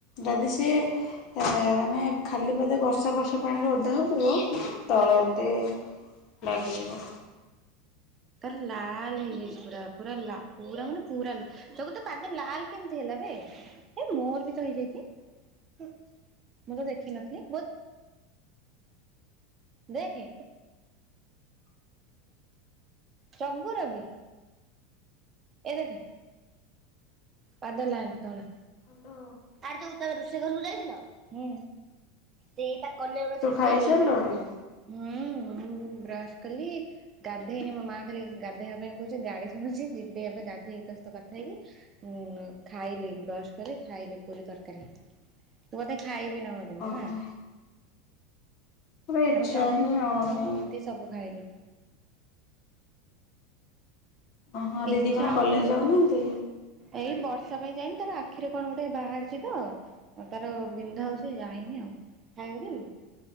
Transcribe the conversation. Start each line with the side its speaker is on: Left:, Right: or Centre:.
Left: ଯଦି ସିଏ ଏ ମାନେ ଖାଲି ପାଦେ ବର୍ଷା ଫର୍ଷା ପାଣିରେ ଓଦା ହଉଥିବ ତ ତଳ ଏମତି ଲାଗିଯିବ।
Right: ତାର ଲାଲ ହେଇଯାଇଛି ପୁରା ପୁରା ଲା ପୁରା ମାନେ ପୁରା ଲା ଚଗୁ ତୋ ପାଦ ଲାଲ କେମିତି ହେଲା। ଏବେ ଏ ମୋର ବି ତ ହେଇଯାଇଛି। ହୁମ। ମୁଁ ତ ଦେଖିନଥିଲି। ଦେଖେ। ଚଙ୍ଗୁ ର ବି। ଏ ଦେଖେ ପାଦ ଲାଲ ତଳ।
Left: ହ୍ୟାଲୋ
Right: ଆରେ ଯଉ ତା ରୋଷେଇ ଘରକୁ ଯାଇଥିଲ ହୁଁ ସେଇ ତା <unintelligible> ଗୁଡା
Left: ତୁ
Right: ଛାଡିଦେଇଛି
Left: ଖାଇସାରିଲୁଣି
Right: ହୁଁ। ମୁଁ ବ୍ରଶ କଲି ଗାଧେଇନି ମୋ ମା ଖାଲି ଗାଧେଇବା ପାଇଁ କହୁଚି ଗାଳୀ ଶୁଣୁଚି ଏବେ ଗାଧୋଇକି ତୋ ସହିତ କଥା ହେବି ଖାଇଲି ବ୍ରସ୍ କଲି ଖାଇଲି ପୁରୀ ତରକାରୀ। ତୁ ବୋଧେ ଖାଇବି ନାହୁ ବୋଧେ ନୁହଁ।
Left: ଓହୋ। ଏବେ ଇଚ୍ଛା
Right: ଆମ ଚଗୁ
Left: ହିଁ ହଉନି।
Right: ମୁଁ ଦିଦି ସବୁ ଖାଇଲୁ। <inaudible>
Left: ଓହୋ ଦିଦି
Right: ଇଚ୍ଛା
Left: କଣ
Right: ହେଉନି
Left: କଲେଜ ଯାଉନାହାନ୍ତି?
Right: ଏଇ ବ ସେ ପାଇଁ ଯାଇନି ତାର ଆଖିରେ କଣ ଗୋଟେ ବାହାରିଚିତ ତାର ବିନ୍ଧା ହାଉଚି ଯାଇନି ଆଉ। ଖାଇବାକୁ ଦେବୀ?